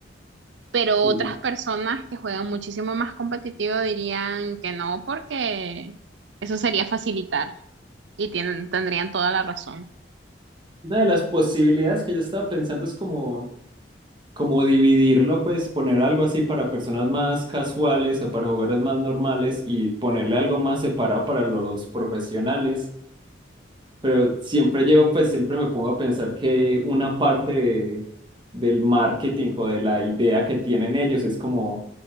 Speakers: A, on the right; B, on the right.
A: pero
B: Sí.
A: otras personas que juegan muchísimo más competitivo dirían que no, porque eso sería facilitar y tienen, tendrían toda la razón.
B: Una de las posibilidades que yo estaba pensando es como como dividirlo, pues poner algo así para personas más casuales o para jugadores más normales y ponerle algo más separado para los profesionales. Pero siempre llego, pues siempre me pongo a pensar que una parte de- del marketing o de la idea que tienen ellos es como